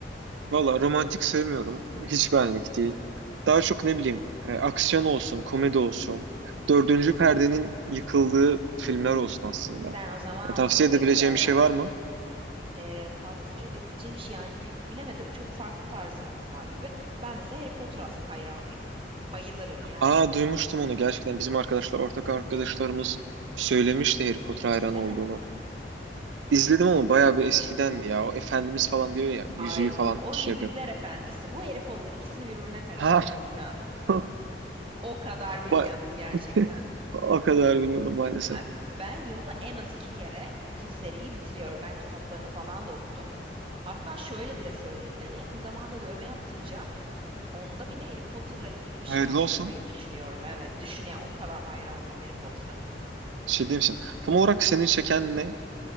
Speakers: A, on the right; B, on the right.
A: Valla romantik sevmiyorum. Hiç benlik değil.
B: Hmm.
A: Daha çok ne bileyim e, aksiyon olsun, komedi olsun. Dördüncü perdenin yıkıldığı filmler olsun aslında.
B: Sen o zaman
A: Yani tavsiye
B: bunu pek
A: edebileceğim
B: sevme.
A: bir şey var mı?
B: e, tavsiye edebileceğim şey yani bi- bilemedim. Çok farklı tarzlarımız var gibi. Ben mesela Harry Potter as hayranıyım. Bayılırım yani.
A: Aa duymuştum onu gerçekten. Bizim arkadaşlar, ortak arkadaşlarımız söylemişti Harry Potter
B: Hiç
A: hayranı
B: izlemedin
A: olduğunu.
B: mi?
A: İzledim ama bayağı bir eskidendi ya. O Efendimiz falan diyor ya. Yüzüğü
B: Ay
A: falan
B: o
A: şey
B: Yüzükler
A: yapıyor.
B: Efendisi. Bu Harry Potter ikisini birbirine karıştırdı
A: Ha.
B: şu an.
A: <laughs>
B: O kadar bilmiyorsun
A: Ba-
B: gerçekten.
A: <laughs> O kadar bilmiyorum maalesef.
B: Ay, Ben yılda en az iki kere bütün seriyi bitiriyorum. Ben kitaplarını falan da okudum. Hatta şöyle bile söyleyebilirim. Yakın zamanda dövme yaptıracağım. Onda bile Harry Potter'la ilgili bir şey
A: Hayırlı
B: yaptırmayı
A: olsun.
B: düşünüyorum. Evet, düşün ya o kadar hayranıyım Harry Potter'ın.
A: Şey diyeyim misin? Tam olarak seni çeken ne?